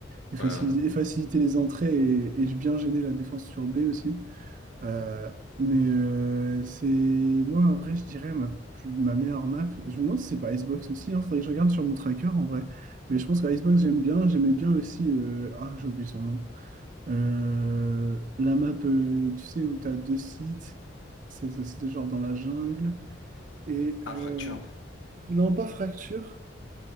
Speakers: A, on the right (about 40°); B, on the left (about 75°).
A: et, faciliter,
B: Ouais. ouais.
A: et faciliter les entrées et, et bien gêner la défense sur B aussi. Euh, mais euh, c'est moi en vrai, je dirais ma, plus, ma meilleure map. Je me demande si c'est pas Icebox aussi. Il faudrait que je regarde sur mon tracker en vrai. Mais je pense que Icebox, j'aime bien. J'aimais bien aussi. euh, Ah, j'ai oublié son nom. Euh, la map, euh, tu sais, où tu as deux sites. C'est ce site genre dans la jungle. Et
B: Ah,
A: euh,
B: fracture.
A: non, pas Fracture.